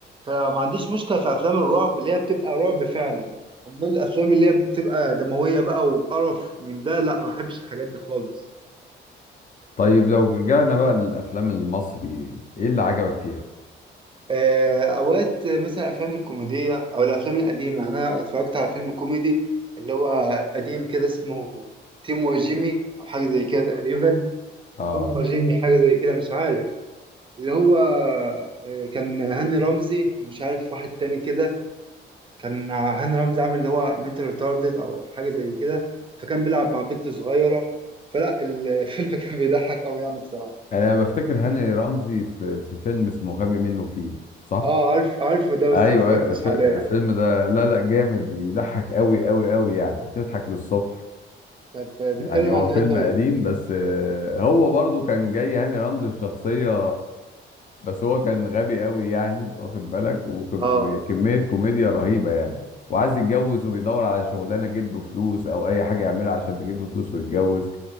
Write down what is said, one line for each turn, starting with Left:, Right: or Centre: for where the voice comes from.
Right: فما عنديش مشكلة في أفلام الرعب اللي هي بتبقى رعب فعلا أمال الأفلام اللي هي بتبقى دموية بقى وقرف من ده لا ما بحبش الحاجات دي خالص
Left: طيب لو رجعنا بقى للافلام المصري ايه اللي عجبك فيها
Right: آه، اوقات مثلا افلام الكوميديه او الافلام القديمه انا اتفرجت على فيلم كوميدي اللي هو قديم كده اسمه تيم وجيمي او حاجه زي كده تقريبا
Left: اه
Right: توم وجيمي حاجه زي كده مش عارف اللي هو آه، كان هاني رمزي ومش عارف واحد تاني كده كان هاني رمزي عامل اللي هو منتال ريتاردد او حاجه زي كده فكان بيلعب مع بنت صغيره فلا الفيلم <laughs> كان بيضحك قوي يعني بصراحه
Left: انا بفتكر هاني رمزي في في فيلم اسمه غبي منه فيه صح
Right: اه عارف عارفه ده بس
Left: ايوه
Right: ما اتفرجتش
Left: أيوة، ف-
Right: عليه
Left: الفيلم ده لا لا جامد يضحك قوي قوي قوي يعني هتضحك للصبح
Right: طب آه، بيتكلم
Left: يعني هو
Right: عن
Left: فيلم
Right: ايه طيب
Left: قديم بس آه، هو برضو كان جاي هاني رمزي في شخصية بس هو كان غبي قوي يعني واخد بالك وك-
Right: اه
Left: وكمية كوميديا رهيبة يعني وعايز يتجوز وبيدور على شغلانة تجيب له فلوس أو أي حاجة يعملها عشان تجيب له فلوس ويتجوز